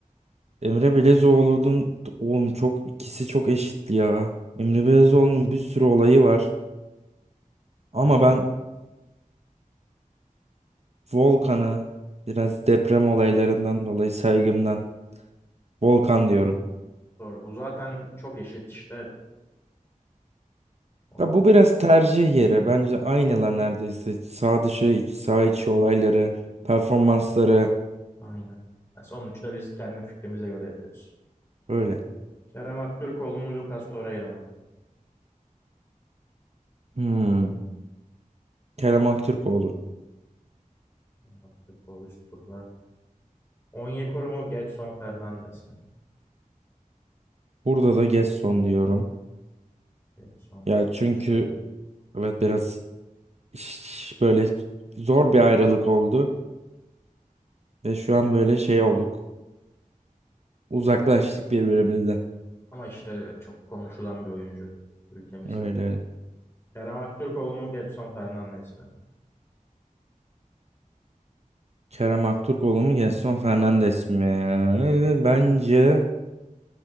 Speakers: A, on the right; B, on the left.
A: Emre Belezoğlu'nun oğlum çok ikisi çok eşitli ya. Emre Belezoğlu'nun bir sürü olayı var.
B: Aynen.
A: Ama ben Volkan'ı biraz deprem olaylarından dolayı saygımdan Volkan diyorum.
B: Zor. Bu zaten çok eşit işte. O-
A: Ya bu biraz tercih yeri. Bence aynılar neredeyse. Sağ dışı, iç, sağ içi olayları, performansları
B: Aynen. Ya sonuçta biz kendi fikrimize göre yapıyoruz.
A: böyle
B: Kerem Aktürkoğlu mu, Lucas Torreira mı?
A: Hmm. Kerem Aktürkoğlu.
B: Kerem Aktürkoğlu üst turda. Onyekuru mu, Gedson Fernandes mi?
A: Burada da Gesson diyorum.
B: Gedson
A: Ya
B: üst
A: çünkü
B: tura çıkaralım.
A: evet biraz iş- böyle zor bir ayrılık oldu. Ve şu an böyle şey olduk. Uzaklaştık birbirimizden.
B: Ama işte çok konuşulan bir oyuncu ülkemizde
A: Öyle
B: de.
A: öyle.
B: Kerem Aktürkoğlu mu, Gedson Fernandes mi?
A: Kerem Aktürkoğlu mu Gesson Fernandes mi? Bence
B: Evet.